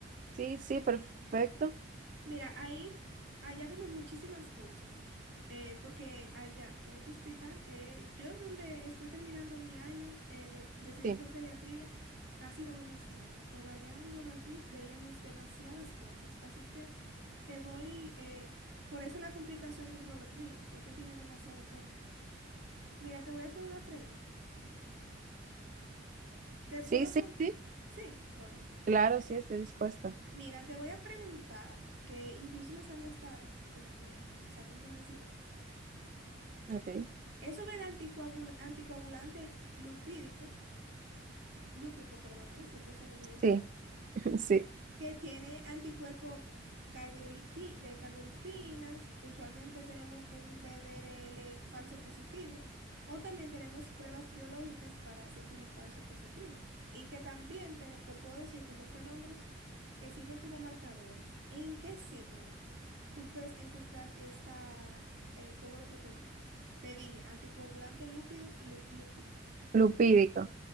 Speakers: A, on the right; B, on the right.
A: Sí, sí, perfecto.
B: Mira, ahí, allá vemos muchísimas cosas, eh, porque allá, en este hospital, eh, yo donde estoy terminando mi año eh, de residencia
A: Sí,
B: de pediatría, casi no vemos nada, pero allá en Robert Reed veíamos demasiadas cosas, así que te voy, eh, por eso la complicación del Robert Reed, que es que tiene demasiado tema. Mira, te voy a hacer una pregunta. ¿Te
A: sí,
B: puedo...
A: sí,
B: con-
A: sí.
B: Sí, bueno.
A: Claro, sí, estoy dispuesta.
B: Mira, te voy a preguntar, que incluso me salió hasta en en mi examen de residencia.
A: Ok.
B: Es sobre el anticoagul- anticoagulante lupídico, lúpico, perdón, ¿eh? Siempre se me olvida esa
A: Sí,
B: palabra
A: <laughs> sí.
B: que tiene anticuerpos cardiolipi- de cardiolipinas, usualmente tenemos un BDRL falso positivo, o también tenemos pruebas biológicas para sífilis falso positivo, y que también te, te puedo decir que son fenómenos que sirven como marcadores. ¿En qué síndrome tú puedes encontrar esta, eh, todo lo que te dije? Te dije anticoagulante lúpido, lú- lúpico,
A: Lupídico.